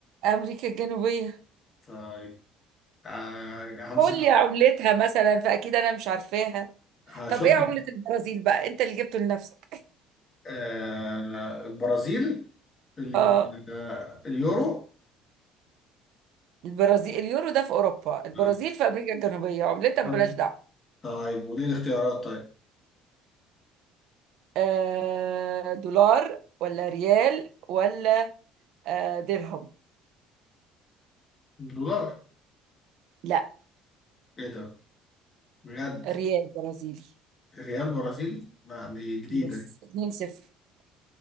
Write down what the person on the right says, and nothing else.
امريكا الجنوبيه
قول لي عملتها مثلا فاكيد انا مش عارفاها
طب ايه عمله البرازيل بقى انت اللي جبته لنفسك
<laughs>
اه
البرازيل اليورو ده في اوروبا البرازيل
في امريكا الجنوبيه عملتها بلاش
دعوه
آه دولار ولا ريال ولا آه درهم
لا
ريال برازيلي
يس 2 0